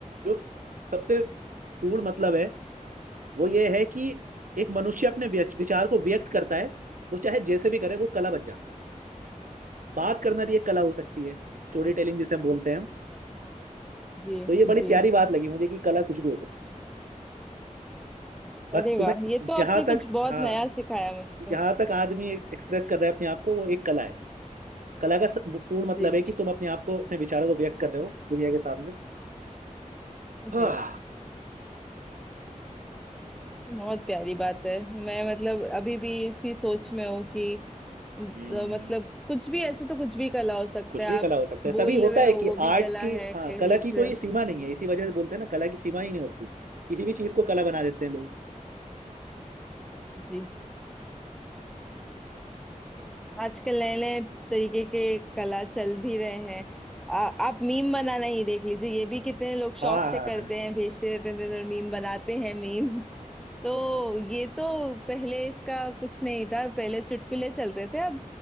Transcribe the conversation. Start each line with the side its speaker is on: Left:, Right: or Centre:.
Right: जो सबसे पूर्ण मतलब है वो ये है कि एक मनुष्य अपने व्यच- विचार को व्यक्त करता है वो चाहे जैसे भी करे वो कला बन जाता है बात करना भी एक कला हो सकती है स्टोरी टेलिंग जिसे हम बोलते हैं हम
Centre: जी
Right: तो ये बड़ी
Centre: जी
Right: प्यारी बात लगी मुझे कि कला कुछ भी हो सकती है बस
Centre: अरे
Right: तुम्हें
Centre: वाह ये तो आपने
Right: जहां
Centre: कुछ
Right: तक
Centre: बहुत
Right: हाँ
Centre: नया सिखाया मुझको
Right: जहां तक आदमी एक्सप्रेस कर रहा है अपने आप को वो एक कला है कला का स- पूर्ण
Centre: जी
Right: मतलब है कि तुम अपने आप को अपने विचारों को व्यक्त कर रहे हो दुनिया के सामने
Centre: जी
Right: हाँ
Centre: बहुत प्यारी बात है मैं मतलब अभी भी इसी सोच में हूँ कि अ,
Right: हम्म,
Centre: मतलब कुछ भी ऐसे तो कुछ भी कला हो सकता
Right: कुछ
Centre: है
Right: भी कला
Centre: आप
Right: हो सकता है तभी
Centre: बोल
Right: होता
Centre: रहे
Right: है
Centre: हो
Right: कि
Centre: वो भी
Right: आर्ट
Centre: कला
Right: की
Centre: है
Right: हाँ
Centre: लिख
Right: कला की कोई
Centre: रहे हो
Right: सीमा नहीं है इसी वजह से बोलते हैं ना कला की सीमा ही नहीं होती किसी भी चीज को कला बना देते हैं लोग
Centre: जी आजकल नए नए तरीके के कला चल भी रहे हैं आ, आप मीम बनाना ही देख लीजिए ये भी कितने लोग शौक
Right: हाँ
Centre: से करते हैं भेजते रहते हैं मीम बनाते हैं मीम तो ये तो पहले इसका कुछ नहीं था पहले चुटकुले चलते थे अब